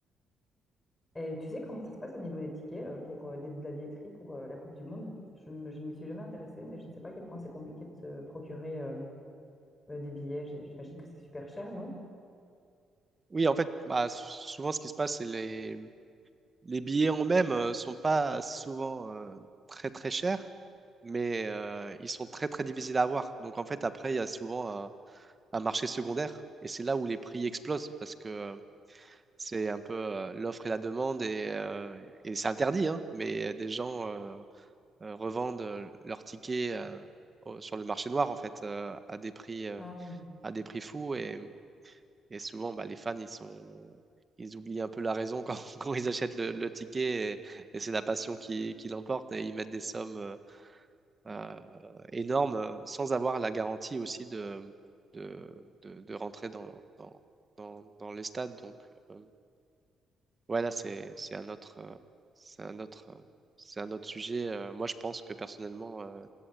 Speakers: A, on the left; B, on the right.
A: Et tu sais comment ça se passe au niveau des tickets euh, pour euh, des- de la billetterie pour euh, la Coupe du Monde? Je, ne- je ne m'y suis jamais intéressée, mais je ne sais pas à quel point c'est compliqué de se procurer euh, euh, des billets. J'ai- J'imagine que c'est super cher, non?
B: Oui, en fait, bah, souvent ce qui se passe, c'est les, les billets en eux-mêmes euh, sont pas souvent euh, très très chers, mais euh, ils sont très très difficiles à avoir. Donc en fait, après, il y a souvent un, un marché secondaire. Et c'est là où les prix explosent parce que euh, c'est un peu euh, l'offre et la demande et, euh, et c'est interdit, hein, mais des gens euh, euh, revendent euh, leurs tickets euh, au- sur le marché noir en fait euh, à des prix euh,
A: Ah oui,
B: à des prix fous et, et souvent bah, les fans ils sont ils oublient un peu la raison quand, <laughs> quand ils achètent le, le ticket et, et c'est la passion qui, qui l'emporte et ils mettent des sommes euh, euh, énorme euh, sans avoir la garantie aussi de, de, de- de rentrer dans, dans, dans- dans les stades. Donc euh, voilà, c'est, c'est un autre, euh, c'est un autre, euh, c'est un autre sujet. Euh, moi, je pense que personnellement, euh,